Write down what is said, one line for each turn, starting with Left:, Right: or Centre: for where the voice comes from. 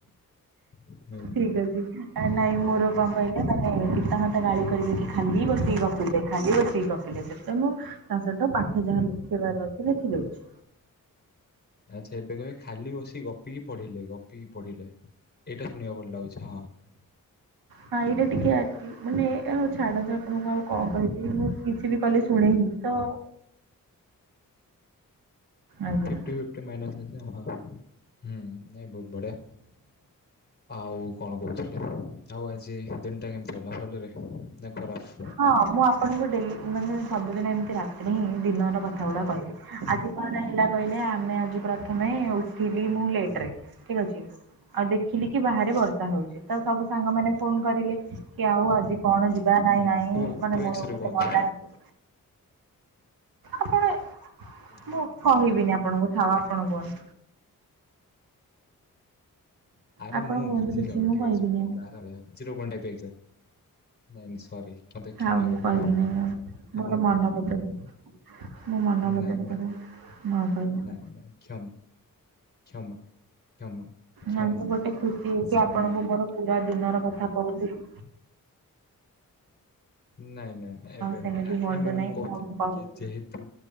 Left: ନାହିଁ।
Right: ଠିକ ଅଛି ନାଇଁ
Left: ହଁ
Right: ମୋର କଣ କହିଲେ ମାନେ ପିତା, ମାତା ଗାଳି କରିବେ କି ଖାଲି ବସିକି ଗପିଲେ ଖାଲି ବସିକି ଗପିଲେ। ସେଥି ମୁଁ ତା ସହିତ ପାଠ ଯାହା ଲେଖେଇବାର ଅଛି ଲେଖିଦଉଛି।
Left: ସେ ଏବେ କେ ଖାଲି ବସି ଗପିକି ପଢ଼ିଲେ ଗପିକି ପଢ଼ିଲେ ଏଇଟା ଶୁଣିବାକୁ ଭଲ ଲାଗୁଛି ହଁ।
Right: ହଁ ଏଇଟା ଟିକେ ଆଟି ମାନେ ଏ ହଉ ଛାଡ଼ ଆପଣଙ୍କୁ ଆଉ କଣ କହିବି ମୁଁ କିଛି ବି କଲି ଶୁଣେ ହିଁ ତ ଆଜ୍ଞା
Left: ଫିପ୍ଟି ଫିପ୍ଟି ମାଇନସ ହେଇଯାଏ ହିଁ ହୁଁ ନାଇଁ ବହୁତ ବଢ଼ିଆ। ଆଉ କଣ କହୁଥିଲି ଆଉ ଆଜି ଦିନଟା କେମିତି ଗଲା ଭଲରେ ନା ଖରାପ?
Right: ହଁ ମୁଁ ଆପଣଙ୍କୁ ଡେଲି ମାନେ ସବୁଦିନ ଏମିତି ରାତିରେ ହିଁ ଦିନର କଥା ଗୁଡ଼ା କହିବି ଆଜି ହେଲା କହିଲେ ଆମେ ଆଜି ପ୍ରଥମେ ଉଠିଲି ମୁଁ ଲେଟ ରେ ଠିକ ଅଛି ଆଉ ଦେଖ କି ବାହାରେ ବର୍ଷା ହଉଛି ତ ସବୁ ସାଙ୍ଗମାନେ ଫୋନ କରିଲେ କି ଆଉ ଆଜି କଣ ଯିବା ନାଇଁ
Left: ହୁଁ
Right: ନାଇଁ
Left: ଟୁ
Right: ମାନେ
Left: ଟୁ
Right: ମୋର
Left: ଏକ୍ସରେ
Right: ଗୋଟେ
Left: କୁହନ୍ତୁ
Right: ମହିଳା ମି ଆପଣ ଏ
Left: ହଁ
Right: ମୁଁ
Left: ସାଙ୍ଗମାନେ
Right: କହିବିନି
Left: ଫୋନ କଲେ
Right: ଆପଣଙ୍କୁ ଥାଉ ଆପଣ କୁହନ୍ତୁ।
Left: ଆରେ
Right: ଆପଣ
Left: ମୁଁ
Right: କୁହନ୍ତୁ
Left: ବୁଝିଲ
Right: କିଛି
Left: ହଉ
Right: ମୁଁ
Left: ଠିକ
Right: କହିବିନି
Left: ଅଛି କୁହନ୍ତୁ।
Right: ଆଉ
Left: ଆରରେ ଜିରୋ ପଏଣ୍ଟ ଟାଇପ୍ ଏକ୍ସ ନାଇଁ ନାଇଁ ସରି ମୋତେ
Right: ଥାଉ
Left: କ୍ଷମା
Right: ମୁଁ
Left: କରିବେ।
Right: କହିବି ନାହିଁ ଆଉ। ମୋର
Left: ଆପଣ
Right: ମନ ବଦଳ ମୋ ମନ ବଦଳିଗଲା
Left: ନାଇଁ ମୋତେ
Right: ମୁଁ ଆଉ କହିବିନି।
Left: ନାଇଁ ନାଇଁ କ୍ଷମ କ୍ଷମା। କ୍ଷମା କ୍ଷମା
Right: ନା ତ ଗୋଟେ ଖୁସି ହେଇକି
Left: ସଲି
Right: ଆପଣଙ୍କୁ ମୋର ପୁରା ଦିନର କ ଥା କହୁଥିଲୁ।
Left: ନାଇଁ ନାଇଁ ନାଇଁ ଏବେ
Right: ସେମିତି
Left: ଏବେ
Right: ହୁଅନ୍ତୁ
Left: ଏ ମାନେ
Right: ନାହିଁ
Left: ମୁଁ କହୁଥି
Right: ଆଉ କହୁଛି।
Left: କି ଯେହେତୁ